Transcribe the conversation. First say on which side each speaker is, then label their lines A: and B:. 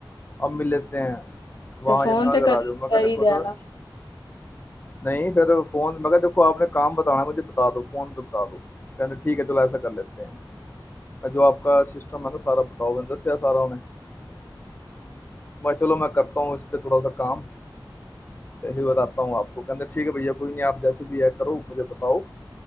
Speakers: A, on the left; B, on the left.
A: ਅਬ ਮਿਲ ਲਤੇ ਹੈ ਵਾਂ
B: ਤੇ ਫੋਨ
A: ਯਮੁਨਾਗਰ
B: ਤੇ ਕਰਨਾ
A: ਆ ਜਾਓ ਦੇਖੋ ਮੈ ਕਿਹਾ
B: ਚਾਹੀਦਾ
A: ਦੇਖੋ ਸਰ
B: ਨਾ।
A: ਨਹੀਂ ਫਿਰਰ ਫੋਨ ਮੈਂ ਕਿਹਾ ਦੇਖੋ ਆਪ ਨੇ ਕਮ ਬਤਾਨਣਾ ਮੁਝੇ ਫੋਨ ਪੇ ਬਤਾ ਦੋ ਕਹਿੰਦੇ ਠੀਕ ਚਲੋ ਐਸਾ ਕਰ ਲੇਤੇ ਹੈ ਜੋ ਅਪਕਾ ਸਿਸਟਮ ਹੈ ਨਾ ਸਾਰਾ ਬਤਾਓ ਮੇਨ ਦੱਸਿਆ ਸਾਰਾ ਓਹਨੇ ਚਲੋ ਮੈਂ ਕਰਤਾ ਹੂ ਇਸ ਪੇ ਥੋੜਾ ਕੰਮ ਬਤਾਤਾ ਹੂ ਅਪਕੋ ਕਹਿੰਦੇ ਠੀਕ ਭ ਕੋਈ ਨੀ ਬਾਇਯਅ ਜੈੇ ਵੀ ਹੈ ਕਰੋ ਮੁਝੇ ਬਤਾਓ